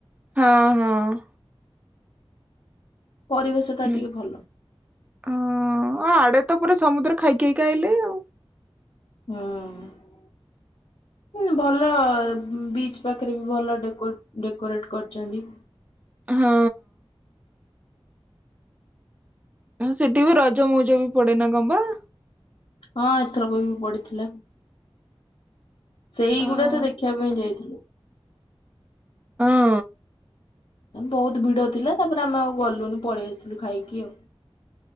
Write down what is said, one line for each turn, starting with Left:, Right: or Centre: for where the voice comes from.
Right: ହଁ ହଁ।
Left: ପରିବେଶ ଟା
Right: ହୁଁ।
Left: ଟିକେ ଭଲ।
Right: ହଁ ଆଡେ ତ ପୁରା ସମୁଦ୍ର ଖାଇ ଖାଇକି ଆଇଲେ ଆଉ।
Left: ହୁଁ। ଭଲ ବିଚ୍ ପାଖରେ ବି ଭଲ ଡେକୋରେଟ କରିଛନ୍ତି।
Right: ହଁ। ସେଠି ବି ରଜ ମଉଜ ବି ପଡେନା ଗମ୍ବା
Left: ହଁ ଏଥରକ ବି ପଡିଥିଲା ସେଇଗୁଡା
Right: ହଁ।
Left: ତ ଦେଖିବା ପାଇଁ ଯାଇଥିଲୁ।
Right: ହଁ।
Left: ବହୁତ ଭିଡ ଥିଲା ତାପରେ ଆମେ ଆଉ ଗଲୁନୁ ପଳେଇ ଆସିଲୁ ଖାଇକି ଆଉ।